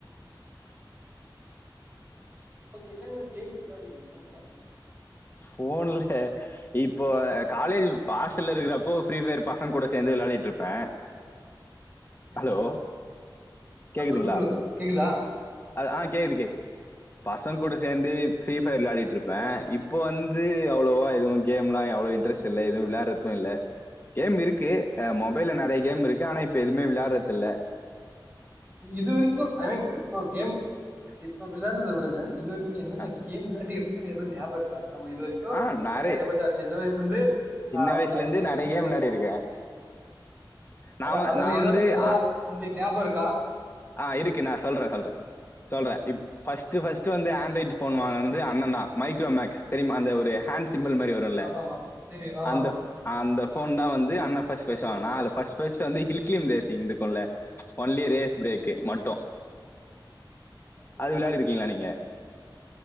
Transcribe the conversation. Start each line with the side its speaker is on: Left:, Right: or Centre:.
Right: ஒங்களுக்கு என்னென்ன கேம்ஸ் வெளாடுவீங்க ஃபோன்ல
Left: ஃபோன்ல இப்ப காலேஜு ஆஸ்டல்ல இருக்றப்போ ஃப்ரீ ஃபயர் பசங்கூட சேந்து வெளயாடிட்ருப்பே
Right: சரி
Left: ஹலோ கேக்குதுங்ளா
Right: ஆ சொல்லுங்க சொல்லுங்க கேக்குதா
Left: அது ஆ கேக்குது கே பசங்கூட சேந்து ஃப்ரீ ஃபயர் வெளயாடிட்ருப்பே இப்போ வந்து அவ்ளோவா எதுவு கேம்லா அவ்ளோ இன் ட்ரெஸ்ட் இல்ல எதுவு வெளயாட்றது இல்ல கேம் இருக்கு அ மொபைல்ல நறைய கேம் இருக்கு ஆனா இப்ப எதுமே விளாட்றதில்ல
Right: இது வரைக்கு ஐ மீன் இப்போ கேம் இப்போ விளயாட்னத விடுங்க இது வரை க்கி என்னென்ன
Left: அ
Right: கேம் விளாடிருக்கன் எது ஞாபோருக்கா நம்ம இது வரை க்யு
Left: ஆ நெறை
Right: ஏகப்பட்ட சின்ன வய்சுந்து
Left: சின்ன
Right: ஆ
Left: வயசுல
Right: ஏகப்பட்ட
Left: இருந்து
Right: கேம்
Left: நெறைய
Right: விளாடிருக்கோ
Left: விளையாடி இருக்கே நா
Right: அதா
Left: வ
Right: அதுல
Left: நா
Right: எதொன்னு
Left: வந்து
Right: எல்லா
Left: ஆ
Right: உங்ளுக் ஞாபோருக்கா
Left: ஆ இருக்கு நா சொல்றே சொல்றே சொல்றே இ
Right: ஆ
Left: ஃபர்ஸ்ட்டு ஃபர்ஸ்ட்டு வந்து ஆன்ட்ராய்டு ஃபோன் வாங்குனது அண்ணே தா மைக்ரோ மேக்ஸ் தெரிமா அந்த ஒரு ஹேண்ட் சிம்பிள் மாரி வ ருல
Right: ஆமா ஆமா தெரியு ஆமா
Left: அந்த
Right: ஆமா
Left: அந்த போன் தா வந்து அண்ண ஃபர்ஸ்ட் பேசுவாங்க நா அதுல ஃபர்ஸ்ட் ஃபர்ஸ்ட் வந்து ஹில்கிலியும் ரேசிங்னு இருக்குல்ல ஒன்லி ரேஸ் பிரேக்கு மட்டு
Right: ஓகே
Left: அது வெளயாடி இருக்கீங்களா நீங்க